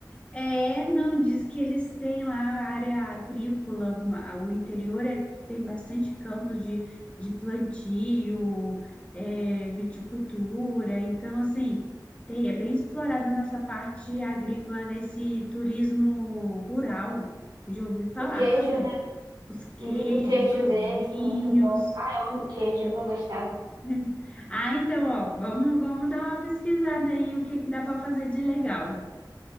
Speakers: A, on the left; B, on the right.
A: É, não, diz que eles têm lá a área agrícola, uma- o interior é- tem bastante campos de, de plantio, é, viticultura, então, assim, tem- é bem explorada nessa parte agrícola, nesse turismo rural, eu já ouvi falar
B: O queijo,
A: também,
B: né?
A: os queijos,
B: Dizem que o queijo
A: os
B: deles
A: vinhos.
B: está muito bom. Ah, eu amo queijo, eu vou gostar.
A: <laughs> Ah, então, ó, vamos, vamos dar uma pesquisada aí, o que que dá para fazer de legal,